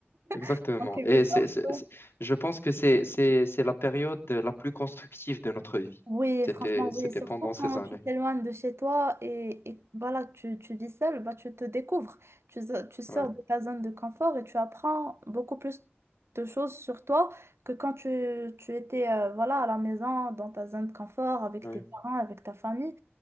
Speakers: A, on the left; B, on the right.
A: Exactement.
B: <laughs> en quelque
A: Et
B: sorte.
A: c'est, c'est-
B: ouais.
A: c'est- je pense que c'est, c'est, c'est la période la plus constructive de notre vie.
B: Oui,
A: C'était,
B: franchement, oui.
A: c'était
B: Surtout
A: pendant
B: quand
A: ces années.
B: tu t'éloignes de chez toi et, et voilà, tu, tu vis seul, bah, tu te découvres. Tu, so- tu sors
A: Ouais.
B: de ta zone de confort et tu apprends beaucoup plus de choses sur toi que quand tu, tu étais euh, voilà, à la maison, dans ta zone de confort, avec
A: ouais.
B: tes parents, avec ta famille.